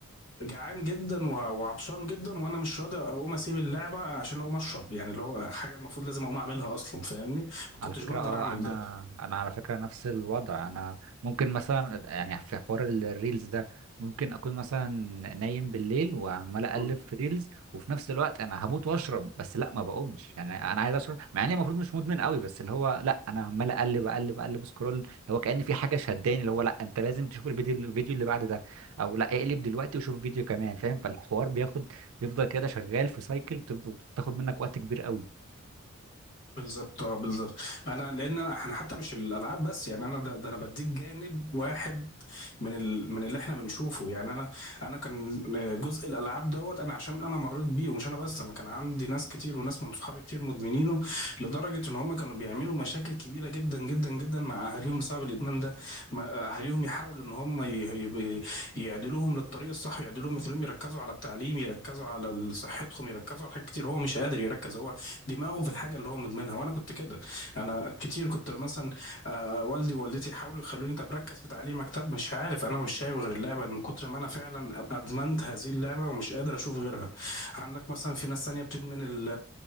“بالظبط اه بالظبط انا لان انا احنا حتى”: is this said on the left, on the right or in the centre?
Left